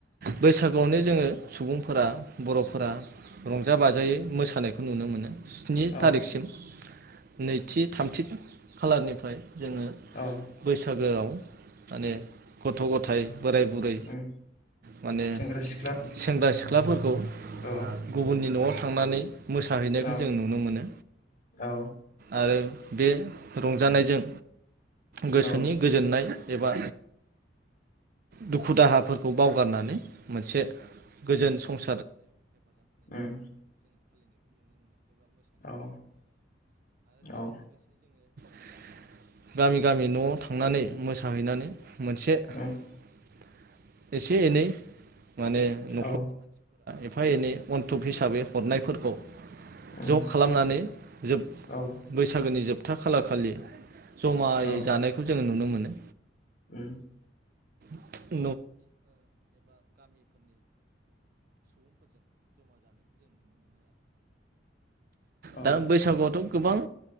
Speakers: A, on the right; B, on the left.
A: बैसागुआवनो जोंङो सुबुंफोरा बर'फोरा रंजा बाजायै मोसानाय स्नि तारिखसिम
B: औ
A: नैथि थामथि खालारनिफ्राय जोंङो
B: औ
A: बैसागोआव माने गथ' गथाय बोराय बुरै
B: उम
A: माने
B: सेंग्रा सिख्ला
A: सेंग्रा सि ख्लाफोर खौ
B: औ
A: गुबुननि न'आव <inaudible> मोसाहैनायखौ
B: औ
A: जों नुनो मोनो
B: औ
A: आरो बे रंजानायजों गोसोनि
B: उम
A: गोजोननाय एबा दुखु दाहाफोरखौ बावगारनानै मोनसे गोजोन <inaudible> <inaudible>
B: उम औ औ
A: <inaudible> <inaudible> गामि गामि न'आव थांनानै मोसाहैनानै <inaudible>
B: उम
A: एसे एनै <inaudible>
B: औ
A: एफा एनै अन्थब हिसाबै हरनायफोरखौ
B: उम
A: ज' खालामनानै जोब
B: औ
A: बैसागोनि जोब था खालार खालि जमायै
B: औ
A: जानायखौ जोङो नुनो मोनो
B: उम
A: <inaudible>
B: औ
A: दा बैसगोआवथ गोबां